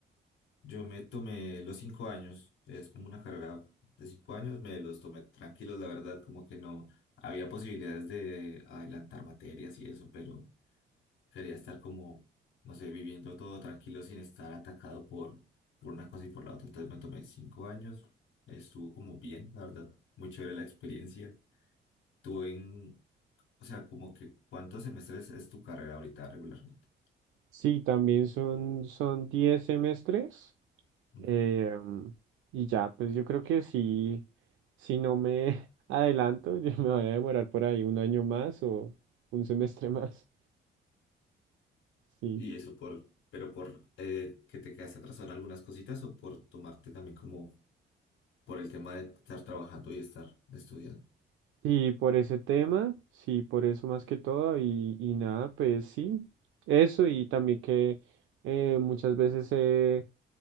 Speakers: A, on the left; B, on the right.
A: Yo me tomé los cinco años. Es como una carrera de cinco años. Me los tomé tranquilos, la verdad. Como que no había posibilidades de adelantar materias y eso, pero Quería estar como, no sé, viviendo todo tranquilo sin estar atacado por, por una cosa y por la otra. Entonces me tomé cinco años, estuvo como bien, la verdad, muy chévere la experiencia. Tuve en, o sea, como que, ¿cuántos semestres es tu carrera ahorita regularmente?
B: Sí, también son, son 10 semestres.
A: Ujú.
B: eh, y ya, pues yo creo que sí, si no me <laughs> adelanto, yo me voy a demorar por ahí un año más o un semestre <laughs> más. Sí.
A: Y eso por, pero por eh, que te quedaste atrasado en algunas cositas o por tomarte también como por el tema de estar trabajando y estar estudiando.
B: Y por ese tema, sí, por eso más que todo, y, y nada, pues sí, eso y también que eh, muchas veces he